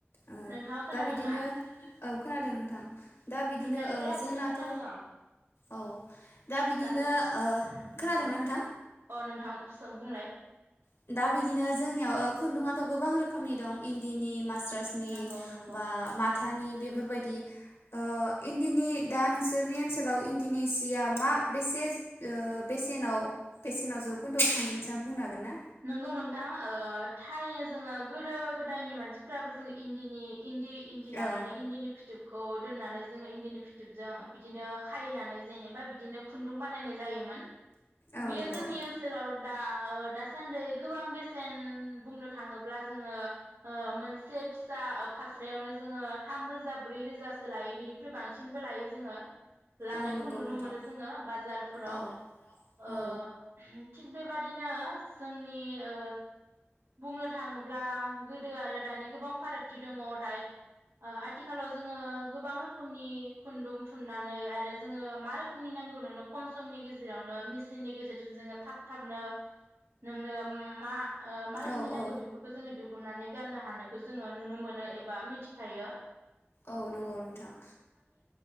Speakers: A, on the left; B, on the right.
A: ओ
B: नोंथाङा खोनादोंना
A: दा बिदिनो औ खोनादों नोंथां दा बिदिनो
B: नोंथांनिखौ लासैथार
A: जोंनाथ'
B: खोनादों आं
A: औ दा बिदिनो
B: दासो उम उम
A: खोनादोंना
B: नंगौ
A: नोंथां
B: अ नोंथां बुंलाय
A: दा दा बिदिनो जोंनियाव ओ खुन्दुङाथ' गोबां रो खोमनि दं इन्दिनि, मास रासनि
B: नंगौ नंगौ
A: बा माथानि बेफोरबायदि ओ इन्दिनि दा नोंसोरनि ओनसोलाव इन्दिनि सिया मा बेसे ओ बेसेनाव बेसेनाव जौखोन्दोआव थांदों नोंना बुंनो हागोन ना?
B: नंगौ नोंथां ओ थारैनो जोङो गोदो गोदायनि मानसिफोराबो जोङो इन्दिनि इन्दि इन्दि लानानै
A: औ
B: इन्दिनि फिथोबखौ दोननानै जोङो इन्दिनि फिथोबजों बिदिनो खायैनानै जेनेबा बिदिनो खुन्दुं बानायनाय जायोमोन।
A: औ
B: बेयो
A: नंगौ
B: जोंनि ओनसोलाव दा ओ दा सान सान्दै गोबां बेसेन बुंनो थाङोब्ला जोङो ओ मोनसे फिसा फास्रायावनो जोङो थाम रोजा ब्रै रोजासो लायो बेनिख्रुइ बांसिनबो लायो जोङो लानायखौ
A: औ नंगौ
B: नुनो
A: नोंथां
B: मोनो जोङो बाजारफोराव।
A: औ
B: ओ
A: औ
B: थिग बेबादिनो जोंनि ओ बुंनो थाङोब्ला गोदो आरो दानि गोबां फारागथि दङ दायो ओ आथिखालाव जोङो गोबां रोखोमनि खुन्दुं थुननानै आरो जोङो मा रोखोमनि नांगौ नोंनो खम समनि गेजेरावनो मेसिननि गेजेरजों जोङो थाब थाबनो नोंनो मा ओ मा रोखोमै
A: औ
B: नांगौ
A: औ
B: बेफोरखौ जो दिहुन हुननानै गाननो हानायखौ जोङो नुनो मोनो एबा मिथिखायो
A: औ नंगौ नोंथां